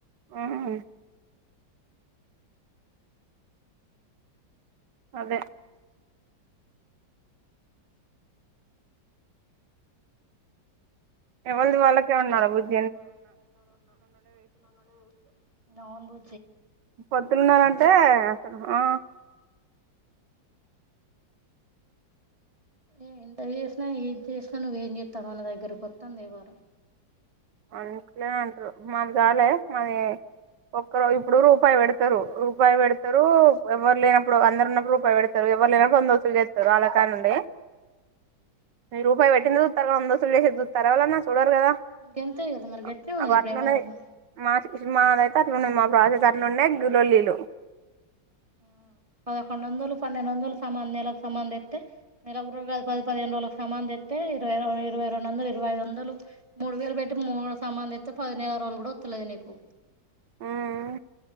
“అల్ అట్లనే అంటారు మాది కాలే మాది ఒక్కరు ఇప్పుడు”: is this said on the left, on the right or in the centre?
Right